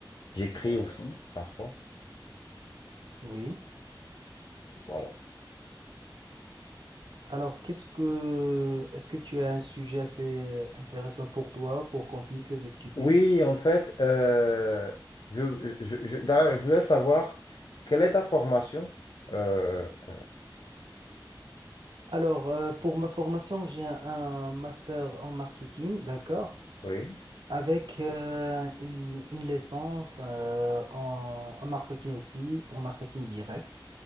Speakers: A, on the left (about 60°); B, on the right (about 65°).
A: j'écris aussi, parfois.
B: oui.
A: Voilà.
B: Alors, qu'est-ce que, est-ce que tu as un sujet assez intéressant pour toi pour qu'on puisse le discuter?
A: Oui, en fait, euh, je, je, je, d'ailleurs, je voulais savoir quelle est ta formation? Euh, euh,
B: Alors, euh, pour ma formation, j'ai un, un master en marketing, d'accord,
A: oui,
B: avec euh, une, une licence euh, en, en marketing aussi, en marketing direct.